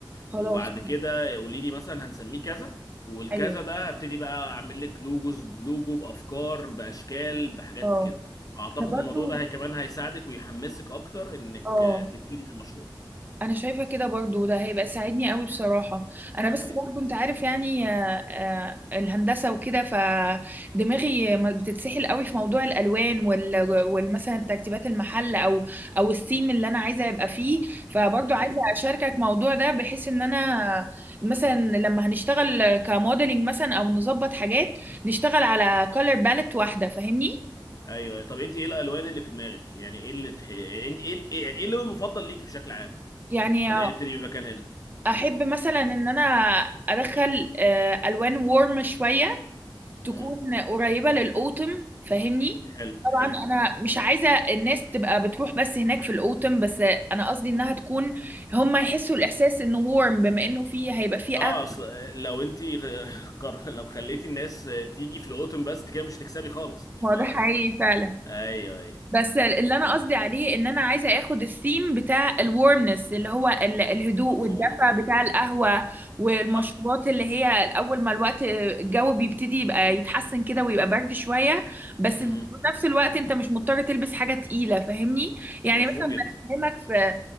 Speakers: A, on the right; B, on the left.
A: خلاص
B: وبعد كده قولي لي مثلا هنسميه كذا والكذا
A: ايوه
B: ده هبتدي بقى اعمل لك لوجوز بلوجو بافكار باشكال بحاجات
A: اه
B: كده اعتقد
A: انا برضو
B: الموضوع ده هي كمان هيساعدك ويحمسك اكتر انك
A: اه
B: آه، تبتدي في المشروع
A: انا شايفه كده برضو ده هيبقى ساعدني قوي بصراحه انا
B: دي
A: بس
B: حقيقة
A: برضو انت عارف يعني آه، آه، الهندسه وكده فدماغي ما بتتسحل قوي في موضوع الالوان وال والمثلا ترتيبات المحل او او الثيم اللي انا عايزه يبقى فيه فبرضو
B: مهم.
A: عايزه اشاركك موضوع ده بحيث ان انا مثلا لما هنشتغل كموديلنج مثلا او نظبط حاجات نشتغل على كولر باليت واحده فاهمني
B: ايوه طب انت ايه الالوان اللي في دماغك يعني ايه اللي تح... يعني إنت ايه إيه- يعني ايه اللون المفضل ليكي بشكل عام
A: يعني
B: خلينا نبتدي بمكان هنا
A: احب مثلا ان انا ادخل آه، الوان وورم شويه
B: مهم.
A: تكون قريبة للأوتم فاهمني
B: حلو
A: طبعا
B: حلو
A: انا مش عايزة الناس تبقى بتروح بس هناك في الأوتم بس انا قصدي انها تكون هم يحسوا الاحساس انه warm بما انه فيه هيبقى فيه
B: اه
A: اغلى
B: اصل لو انت <laughs> قر... لو خليتي الناس تيجي في الاوتوم بس انت كده مش هتكسبي خالص ف
A: هو ده حقيقي
B: <laughs>
A: فعلا
B: ايوه ايوه
A: بس اللي انا قصدي عليه ان انا عايزه اخد الثيم بتاع الورمنس اللي هو ال- الهدوء
B: مفهوم
A: والدفى
B: مفهوم
A: بتاع القهوه والمشروبات
B: اه
A: اللي هي اول ما الوقت الجو بيبتدي يبقى يتحسن كده ويبقى برد شويه بس
B: مهم.
A: في نفس الوقت انت مش مضطر تلبس حاجه تقيله فاهمني يعني
B: مفهوم
A: مثلا
B: جدا
A: بكلمك في